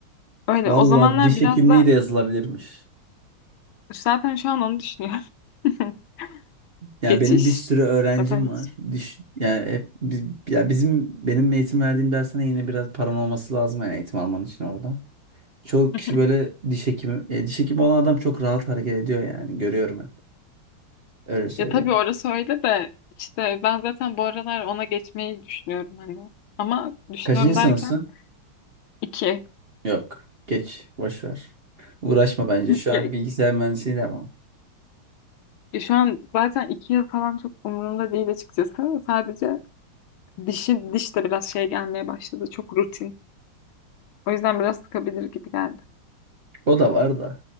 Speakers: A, on the left; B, on the right.
A: Öyle
B: Valla
A: o zamanlar
B: diş
A: biraz
B: hekimliği
A: da
B: de yazılabilirmiş.
A: zaten şu an onu düşünüyorum. <laughs>
B: Ya
A: Geçiş.
B: benim bir sürü öğrencim
A: Zaten
B: var. Diş yani hep bi- ya bizim benim eğitim verdiğim dersine yine biraz paran olması lazım yani eğitim alman için orada. Çoğu
A: <laughs>
B: kişi böyle diş hekimi. e, diş hekimi olan adam çok rahat hareket ediyor yani. Görüyorum hep. Öyle söyleyeyim.
A: ya tabii orası öyle de işte ben zaten bu aralar ona geçmeyi düşünüyorum hani. Ama düşünüyorum
B: Kaçıncı
A: derken
B: sınıfsın?
A: iki. <laughs>
B: Yok. Geç. Boş ver. Uğraşma bence. Şu
A: Ya,
B: an bilgisayar mühendisliği de ama.
A: ya şu an zaten iki yıl falan çok umurumda değil açıkçası. Sadece dişi diş de biraz şey gelmeye başladı. Çok rutin. O yüzden biraz sıkabilir gibi geldi.
B: O da var da.